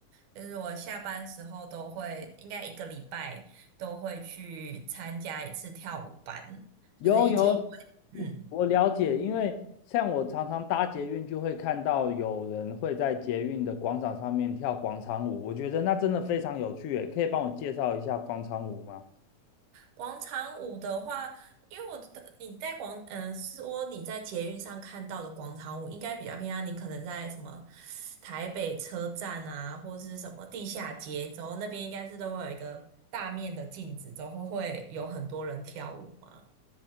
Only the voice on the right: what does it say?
就是我下班时候都会，应该一个礼拜都会去参加一次跳舞班，
就是已经，嗯。
广场舞的话，因为我的你在广，嗯、说你在捷运上看到的广场舞，应该比较偏向你可能在什么台北车站啊，或是什么地下街，之后那边应该是都会有一个大面的镜子，然后会有很多人跳舞嘛。